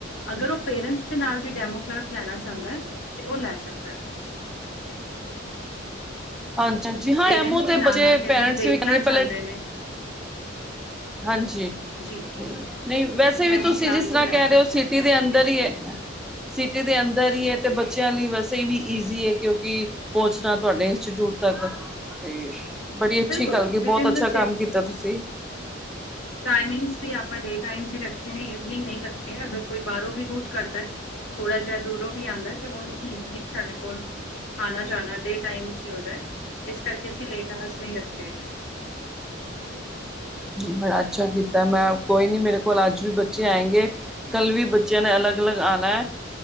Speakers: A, on the left; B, in the centre.
A: ਅਗਰ ਉਹ ਪੇਰੈਂਟਸ ਦੇ ਨਾਲ ਵੀ ਡੈਮੋ ਕਲਾਸ ਲੈਣਾ ਚਾਂਹਦਾ। ਲੈ ਸਕਦਾ ਹੈ।
B: ਹਾਂਜੀ-ਹਾਂਜੀ ਹਾਂ
A: ਪੇਰੈਂਟਸ
B: ਐਮ ਓ
A: ਵੀ
B: ਤੇ
A: ਨਾਲ
B: ਬੱਚੇ
A: ਆ ਕੇ ਅਗਰ
B: ਪੇਰੈਂਟਸ
A: ਦੇਖਣਾ
B: ਵੀ ਕਹਿਣਗੇ
A: ਚਾਹੁੰਦੇ
B: ਪਹਿਲੇ
A: ਨੇ
B: ਹਾਂਜੀ,
A: ਜੀ
B: ਤੇ ਨਹੀਂ ਵੈਸੇ
A: ਡੈਮੋ
B: ਵੀ ਤੁਸੀਂ
A: ਕਲਾਸ
B: ਜਿਸ ਤਰ੍ਹਾਂ
A: ਉਹ ਲੈ
B: ਕਹਿ
A: ਸਕਦੇ
B: ਰਹੇ ਹੋ, ਸਿਟੀ
A: ਨੇ
B: ਦੇ ਅੰਦਰ ਈ ਐ।
A: <inaudible>
B: ਸਿਟੀ ਦੇ ਅੰਦਰ ਹੀ ਏ, ਤੇ ਬੱਚਿਆਂ ਲਈ ਵੈਸੇ ਵੀ ਈਜ਼ੀ ਏ, ਕਿਉਂਕਿ ਪਹੁੰਚਣਾ ਤੁਹਾਡੇ ਇੰਸਟੀਟਿਊਟ। ਤਕ ਤੇ ਬੜੀ ਅੱਛੀ
A: ਬਿਲਕੁਲ
B: ਗੱਲ, ਕਿ ਬਹੁਤ
A: ਵਿਦ ਇਨ
B: ਅੱਛਾ
A: ਦਾ
B: ਕੰਮ ਕੀਤਾ ਤੁਸੀਂ।
A: ਟਾਇਮਿੰਗਸ ਵੀ ਆਪਾਂ ਡੇ ਟਾਈਮਸ ਹੀ ਰੱਖੇ ਨੇ, ਇਵਨਿੰਗ ਨਹੀਂ ਰੱਖੇ, ਅਗਰ ਕੋਈ ਬਾਹਰੋਂ ਵੀ ਰੂਟ ਕਰਦਾ। ਥੋੜਾ ਜਿਹਾ ਦੂਰੋਂ ਵੀ ਆਂਦਾ, ਤੇ ਉਹਨੂੰ ਈਜ਼ਲੀ ਸਾਡੇ ਕੋਲ ਆਣਾ ਜਾਣਾ ਡੇ ਟਾਈਮ ਚੀ ਹੋ ਜਾਏ, ਇਸ ਕਰਕੇ ਅਸੀਂ ਲੇਟ ਆ ਨਹੀਂ ਰੱਖਿਆ ਹੈਗਾ।
B: ਨਹੀਂ ਬੜਾ ਅੱਛਾ ਕੀਤਾ ਮੈਂ, ਕੋਈ ਨੀ ਮੇਰੇ ਕੋਲ ਅੱਜ ਵੀ ਬੱਚੇ ਬੱਚੇ ਆਏਂਗੇ, ਕੱਲ ਵੀ ਬੱਚਿਆਂ ਨੇ ਅਲਗ-ਅਲੱਗ ਆਨਾ